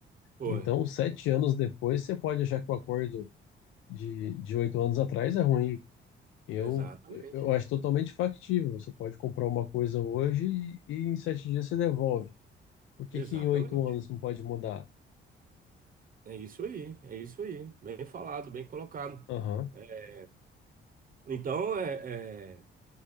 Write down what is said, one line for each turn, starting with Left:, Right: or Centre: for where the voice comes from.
Right: foi,
Left: Então, sete anos depois, você pode achar que o acordo de, de oito anos atrás é ruim. Eu,
Right: exatamente,
Left: eu acho totalmente factível. Você pode comprar uma coisa hoje e, e em sete dias você devolve. Por que
Right: exatamente.
Left: que em oito anos não pode mudar?
Right: É isso aí, é isso aí. Bem falado, bem colocado.
Left: Aham,
Right: É, Então, é, é,